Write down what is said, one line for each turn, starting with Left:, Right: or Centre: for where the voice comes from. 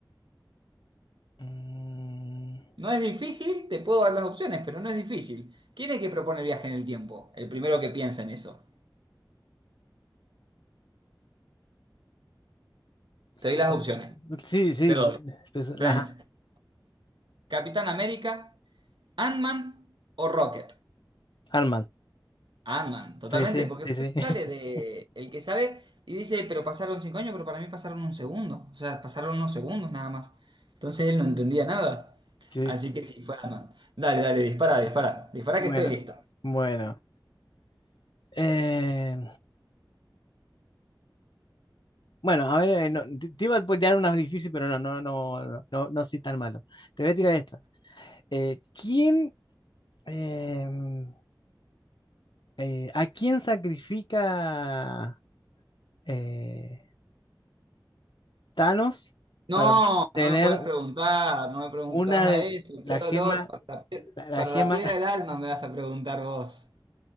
Left: Mm,
Right: No es difícil, te puedo dar las opciones, pero no es difícil. ¿Quién es el que propone el viaje en el tiempo? El primero que piensa en eso.
Left: Slow-
Right: Te doy las opciones.
Left: Sí, sí,
Right: Te doy.
Left: pues, pues,
Right: Tenés
Left: ajá,
Right: Capitán América, Ant-Man o Rocket.
Left: Arman.
Right: Ant-Man, totalmente,
Left: Sí, sí,
Right: porque
Left: sí,
Right: fue
Left: sí.
Right: el que
Left: <laughs>
Right: sale de el que sabe y dice, pero pasaron cinco años, pero para mí pasaron un segundo. O sea, pasaron unos segundos nada más. Entonces él no entendía nada.
Left: Sí.
Right: Así que sí, fue Ant-Man. Dale, dale, dispara, dispara. Dispara
Left: Bueno,
Right: que estoy listo.
Left: bueno. Eh, bueno, a ver, eh, no, te te iba a tirar unas difíciles, pero no, no, no, no, no, no soy tan malo. Te voy a tirar esto. Eh, ¿quién, em, eh, a quién sacrifica eh, Thanos
Right: No,
Left: para tener
Right: no me puedes preguntar, no me preguntabas
Left: una de
Right: a eso,
Left: la
Right: qué
Left: gema,
Right: dolor, para la, pie-
Left: la, la
Right: para
Left: gema?
Right: la piedra
Left: <laughs>
Right: del alma me vas a preguntar vos.